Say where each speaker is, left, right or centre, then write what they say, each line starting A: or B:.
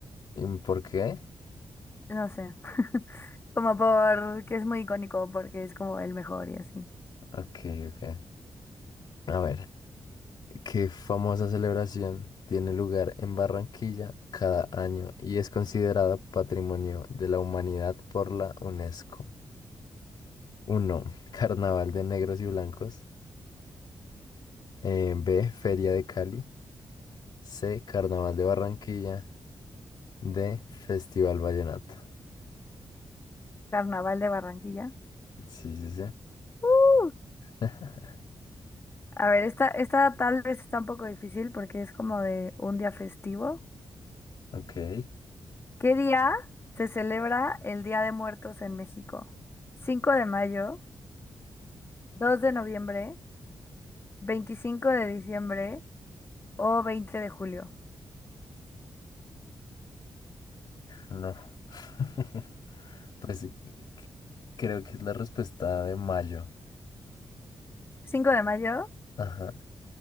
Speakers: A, on the left; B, on the left.
A: ¿Y ¿Por qué?
B: No sé. <laughs> Como porque es muy icónico, porque es como el mejor y así.
A: Ok, ok. A ver. Qué famosa celebración tiene lugar en Barranquilla cada año y es considerada Patrimonio de la Humanidad por la UNESCO. Uno. Carnaval de Negros y Blancos. Eh, B. Feria de Cali. C. Carnaval de Barranquilla. D. Festival Vallenato.
B: Carnaval de Barranquilla.
A: Sí, sí, sí.
B: ¡Uh!
A: <laughs>
B: A ver, esta, esta tal vez está un poco difícil porque es como de un día festivo.
A: Ok,
B: ¿Qué día se celebra el Día de Muertos en México? 5 de mayo, 2 de noviembre, 25 de diciembre o 20 de julio.
A: no. <laughs> Pues creo que es la respuesta de mayo.
B: 5 de mayo,
A: Ajá.